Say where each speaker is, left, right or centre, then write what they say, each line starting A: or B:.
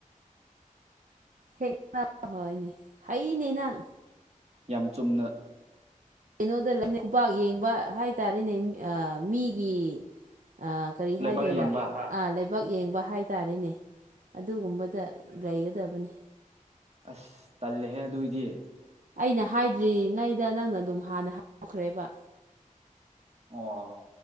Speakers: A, on the right (about 70°); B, on the right (about 50°).
A: ꯍꯦꯛꯅꯕ ꯍꯣꯏꯅꯦ ꯍꯩꯅꯦ ꯅꯪ
B: ꯌꯥꯝ ꯆꯨꯝꯅ
A: ꯀꯩꯅꯣꯗ ꯂꯩꯕ ꯈꯨꯕꯥꯛ ꯌꯦꯡꯕ ꯍꯥꯏꯇꯥꯔꯦꯅꯦ ꯃꯤꯒꯤ ꯑ ꯀꯔꯤ
B: ꯂꯩꯕꯥꯛ
A: ꯍꯥꯏꯗꯣꯏꯔ
B: ꯌꯦꯡꯕ
A: ꯑꯥ ꯂꯩꯕꯥꯛ ꯌꯦꯡꯕ ꯍꯥꯏꯇꯥꯔꯦꯅꯦ ꯑꯗꯨꯒꯨꯝꯕꯗ ꯂꯩꯒꯗꯕꯅꯤ
B: ꯑꯁ ꯇꯜꯂꯦꯍꯦ ꯑꯗꯨꯏꯗꯤ
A: ꯑꯩꯅ ꯍꯥꯏꯗ꯭ꯔꯤꯉꯩꯗ ꯅꯪꯅ ꯑꯗꯨꯝ ꯍꯥꯟꯅ ꯍꯥꯏꯗꯣꯛꯈꯔꯕꯥ
B: ꯑꯣ